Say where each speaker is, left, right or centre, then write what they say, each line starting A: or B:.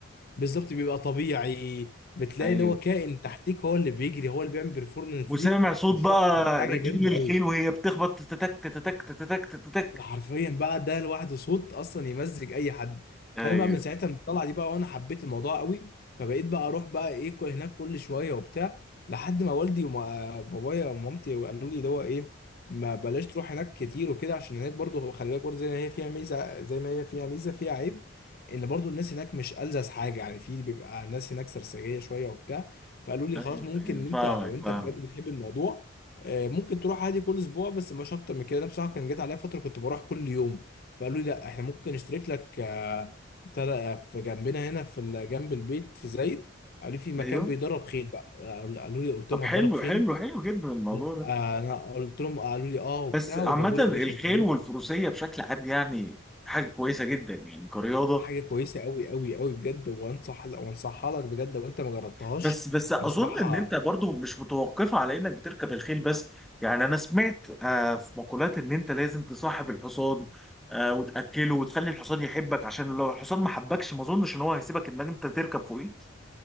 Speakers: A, on the left; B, in the centre.
A: بالظبط بيبقى طبيعي بتلاقي
B: ايوه
A: اللي هو كائن تحتيك هو اللي بيجري هو اللي بيعمل بيرفورمانس
B: وسامع
A: دي
B: صوت
A: فبصراحه
B: بقى
A: كانت حاجه
B: رجلين
A: جامده قوي
B: الخيل وهي بتخبط تتك تتك تتك تتك
A: لا حرفيا بقى ده لوحده صوت اصلا يمزج اي حد
B: ايوه
A: فانا بقى من ساعتها من الطلعه دي بقى وانا حبيت الموضوع قوي فبقيت بقى اروح بقى ايه كو- هناك كل شويه وبتاع لحد ما والدي وبابايا ومامتي قالوا لي ده هو ايه ما بلاش تروح هناك كتير وكده عشان هناك برضو خلي بالك برضو زي ما هي فيها ميزه زي ما هي فيها ميزه فيها عيب ان برضو الناس هناك مش ألذذ حاجه يعني في بيبقى الناس هناك سرسجيه شويه وبتاع فقالوا لي
B: ايوه
A: خلاص ممكن
B: ايوه
A: إن انت
B: فاهمك
A: لو انت
B: فاهمك
A: بجد بتحب الموضوع آه، ممكن تروح عادي كل اسبوع بس مش اكتر من كده انا بصراحه كان جات عليا فتره كنت بروح كل يوم فقالوا لي لا احنا ممكن نشترك لك آه، بتاع ده، آه، في جنبنا هنا في ال- جنب البيت في زايد قالوا لي في مكان
B: ايوه
A: بيدرب خيل بقى قال- قالوا لي قلت
B: طب
A: لهم
B: حلو
A: هتدرب خيل
B: حلو حلو جدا الموضوع
A: قل-
B: ده
A: آه، انا قلت لهم قالوا لي اه وبتاع
B: بس عامة
A: وجابوا لي
B: الخيل
A: يا باشا البوت
B: والفروسية بشكل عام يعني حاجة كويسة جدا يعني كرياضة
A: حاجه كويسه قوي قوي قوي بجد وانصح وانصحها لك بجد لو انت ما جربتهاش
B: بس بس اظن
A: بصراحه
B: ان انت برضو مش متوقفه على انك بتركب الخيل بس يعني انا سمعت آه، في مقولات ان انت لازم تصاحب الحصان آه، وتاكله وتخلي الحصان يحبك عشان لو الحصان ما حبكش ما اظنش ان هو هيسيبك انك انت تركب فوقيه